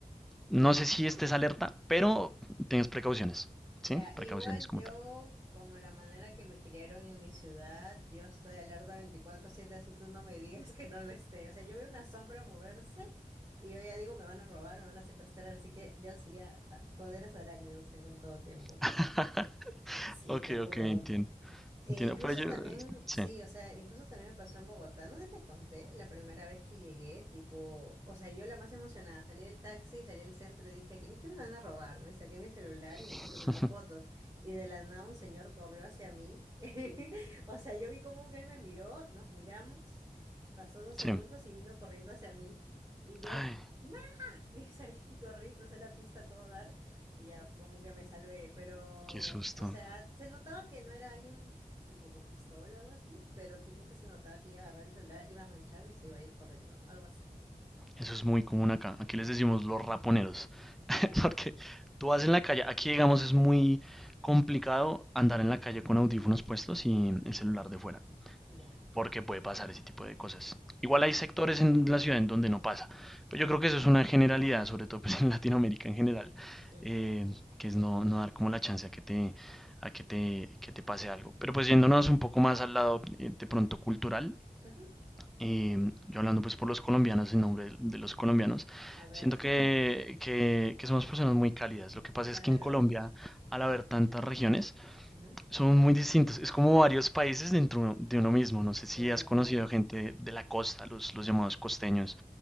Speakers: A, in the centre; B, on the right.
A: No sé si estés alerta, pero tengas precauciones,
B: Ya.
A: ¿sí? Precauciones
B: Igual
A: como
B: yo,
A: tal.
B: como la manera que me criaron en mi ciudad, yo estoy alerta veinticuatro siete así tú no me digas que no lo esté. O sea, yo veo una sombra moverse y yo ya digo, me van a robar, me van a secuestrar, así que yo sí ya ah, poderes arácnidos tengo en todo tiempo.
A: <laughs>
B: Sí,
A: Ok,
B: te juro.
A: ok, entiendo.
B: E
A: Entiendo,
B: incluso
A: pero yo...
B: también,
A: Sí,
B: sí, o sea, incluso también me pasó en Bogotá. No sé, si te conté la primera vez que llegué, tipo, o sea, yo la más emocionada, salí del taxi, salí del centro y dije, ¿qué, qué me van a robar? ¿no? Y saqué mi celular
A: <laughs>
B: y me puse a tomar fotos. Y de la nada un señor corrió hacia mí. <laughs> O sea, yo vi cómo él me miró, nos miramos, pasó dos segundos
A: sí.
B: y vino corriendo hacia mí. Y yo,
A: Ay,
B: no, y salí, <laughs> corrí, crucé la pista a todo dar y ya como que me salvé. Pero,
A: qué susto.
B: o sea, se notaba que no era alguien tipo con pistola o algo así, pero tipo que se notaba que iba a agarrar el celular, iba a ranchar y se iba a ir corriendo, ¿no? Algo así.
A: Eso es muy común acá. Aquí les decimos los raponeros.
B: Ya,
A: <laughs> Porque tú vas en la calle, aquí digamos es muy complicado andar en la calle con audífonos puestos y el celular de fuera.
B: ya.
A: porque puede pasar ese tipo de cosas. Igual
B: Ajá,
A: hay sectores en la ciudad en donde no pasa, pero
B: claro,
A: yo creo que eso es una generalidad, sobre todo pues, <laughs> en Latinoamérica en general,
B: sí.
A: eh, que es no, no dar como la chance a que te, a que te, que te pase algo. Pero pues yéndonos un poco más al lado eh, de pronto cultural,
B: ujú,
A: eh, yo hablando pues por los colombianos, en nombre de, de los colombianos,
B: A ver.
A: siento que,
B: <laughs>
A: que, que somos personas muy cálidas. Lo que pasa
B: Claro.
A: es que en Colombia, al haber tantas regiones,
B: ujú,
A: son muy distintos. Es como varios países dentro de uno mismo. No sé si
B: Claro,
A: has conocido
B: claro.
A: gente de la costa, los, los llamados costeños,